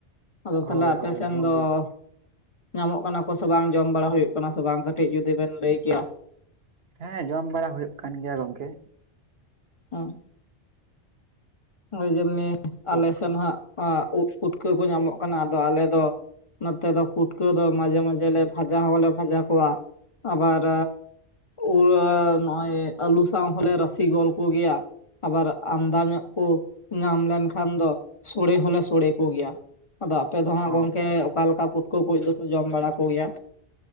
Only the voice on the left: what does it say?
ᱟᱫᱚ
ᱛᱟᱦᱞᱮ ᱟᱯᱮᱥᱮᱱ
ᱫᱚ
᱾ ᱧᱟᱢᱚᱜ ᱠᱟᱱᱟ ᱠᱚ ᱥᱮ ᱵᱟᱝ ᱡᱚᱢ ᱵᱟᱲᱟ ᱦᱩᱭᱩᱜ ᱠᱟᱱᱟ ᱥᱮ ᱵᱟᱝ ᱠᱟᱹᱴᱤᱡ ᱡᱩᱫᱤ ᱵᱮᱱ ᱞᱟᱹᱭ ᱠᱮᱭᱟ᱾
ᱦᱚᱸ᱾ ᱱᱚᱜ ᱡᱮᱢᱱᱤ ᱟᱞᱮᱥᱮᱱ
ᱦᱟᱸᱜ ᱩᱫᱽ ᱯᱩᱴᱠᱟᱹ ᱠᱚ ᱧᱟᱢᱚᱜ ᱠᱟᱱᱟ ᱟᱫᱚ ᱟᱞᱮ ᱫᱚ ᱱᱚᱛᱮ ᱫᱚ ᱯᱩᱴᱠᱟᱹ ᱫᱚ ᱢᱟᱡᱷᱮ ᱢᱟᱡᱷᱮ ᱞᱮ ᱵᱷᱟᱡᱟ ᱦᱚᱸᱞᱮ ᱵᱷᱟᱡᱟ ᱠᱚᱣᱟ ᱟᱵᱟᱨ ᱩᱨᱟᱹ ᱱᱚᱜᱚᱭ ᱟᱹᱞᱩ ᱥᱟᱶ ᱦᱚᱞᱮ ᱨᱟᱥᱮ ᱜᱚᱞ ᱠᱚᱜᱮᱭᱟ ᱟᱵᱟᱨ ᱟᱢᱫᱟ ᱧᱚᱜ ᱠᱚ ᱧᱟᱢ ᱞᱮᱱᱠᱷᱟᱱ ᱫᱚ ᱥᱚᱲᱮ ᱦᱚᱞᱮ ᱥᱚᱲᱮ ᱠᱚᱜᱮᱭᱟ᱾ ᱟᱫᱚ ᱟᱯᱮ ᱫᱚ ᱦᱟᱸᱜ
ᱜᱚᱝᱠᱮ ᱚᱠᱟᱞᱮᱠᱟ ᱯᱩᱴᱠᱟᱹ ᱠᱟᱹᱡ ᱫᱚᱯᱮ ᱡᱚᱢ ᱵᱟᱲᱟ ᱠᱚᱜᱮᱭᱟ?